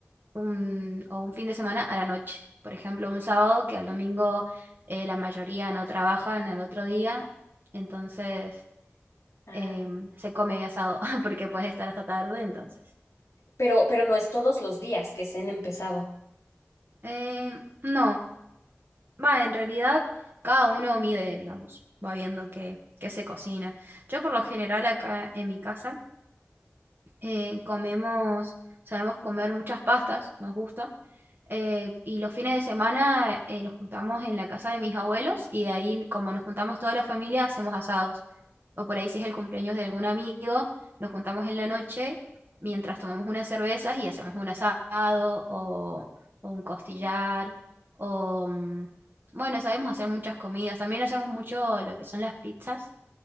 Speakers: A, on the right; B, on the left.
A: un, o un fin de semana a la noche. Por ejemplo, un sábado que al domingo eh, la mayoría no trabajan al otro día, entonces
B: Ah.
A: em, se come asado <laughs> porque puede estar hasta tarde, entonces.
B: Pero, pero no es todos los días que se han empezado.
A: Em, no, va, en realidad cada uno mide, digamos, va viendo qué, qué se cocina. Yo por lo general acá en mi casa eh, comemos, sabemos comer muchas pastas, nos gusta. eh, y los fines de semana eh, nos juntamos en la casa de mis abuelos y de ahí, como nos juntamos toda la familia, hacemos asados. O por ahí si es el cumpleaños de algún amigo, nos juntamos en la noche mientras tomamos unas cervezas y hacemos un asado o, o un costillar o... mm, Bueno, sabemos hacer muchas comidas. También hacemos mucho lo que son las pizzas.